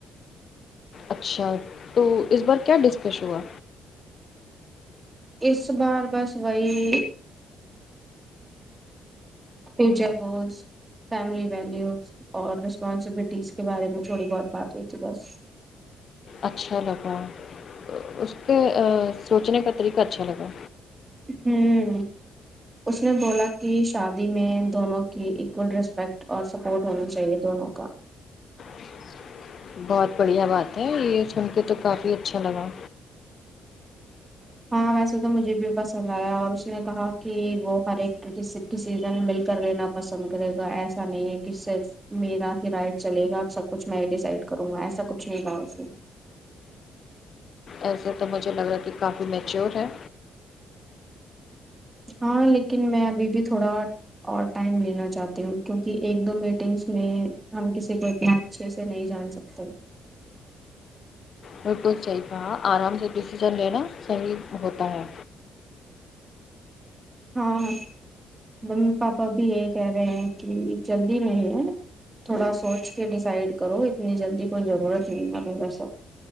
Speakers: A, on the left; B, on the right.
A: اچھا تو اس بار کیا ڈسکش ہوا
B: اس بار بس وہی فیوچر گولس فیملی ویلیوز اور رسپانسبلٹیز کے بارے میں تھوڑی بہت بات ہوئی تھی بس
A: اچھا لگا اس کے آ سوچنے کا طریقہ اچھا لگا
B: ہوں اس نے بولا کی شادی میں دونوں کی ایکول ریسپیکٹ اور سپوٹ ہونا چاہیے دونوں کا
A: <inaudible> بہت بڑھیا بات ہے یہ سن کے تو کافی اچھا لگا
B: ہاں ویسے تو مجھے بھی پسند آیا اور اس نے کہا کی وہ ہر ایک کہ جیسے کسی دن مل کر لینا پسند کرے گا ایسا نہیں ہے کی صرف میرا ہی رائٹ چلے گا سب کچھ میں ڈیسائڈ کروں گا ایسا کچھ نہیں کہا اس نے
A: ایسے تو مجھے لگا کے کافی میچور ہے
B: ہاں لیکن میں ابھی بھی تھوڑا اور ٹائم لینا چاہتی ہوں کیونکہ ایک دو میٹنگس میں ہم کسی کو اتنا اچھے سے نہیں جان سکتے
A: بالکل صحیح کہا آرام سے ڈیسیشن لینا صحیح ہوتا ہے
B: ہاں ممی پاپا بھی یہی کہہ رہے ہیں کی جلدی نہیں ہے نا تھوڑا سوچ کے ڈیسائڈ کرو اتنی جلدی کوئی ضرورت نہیں ہے ابھی ایسا